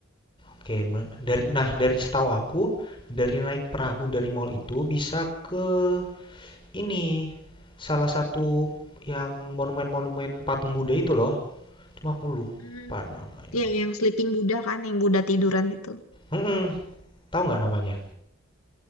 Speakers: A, on the left; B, on the left.
A: Oke, dari nah dari setahu aku dari naik perahu dari mall itu bisa ke ini salah satu yang monumen-monumen patung Buddha itu loh. Cuma aku lupa
B: Hmm.
A: namanya.
B: Ya, yang Sleeping Buddha kan, yang Buddha tiduran itu.
A: Mm-mm, tahu nggak namanya?